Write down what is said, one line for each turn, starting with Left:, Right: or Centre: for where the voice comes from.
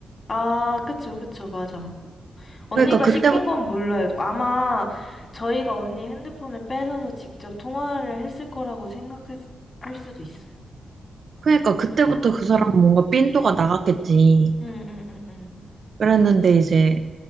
Left: 아, 그쵸, 그쵸, 맞아. 언니가
Right: 그러니까 그때부터
Left: 시킨 건 몰라요. 아마 저희가 언니 핸드폰을 뺏어서 직접 통화를 했을 거라고 생각할 수- 할 수도 있어요.
Right: 그러니까 그때부터
Left: 그 상황은
Right: 그 사람은
Left: 모르니까.
Right: 뭔가 삔또가 나갔겠지.
Left: 응, 응, 응,
Right: 그랬는데 이제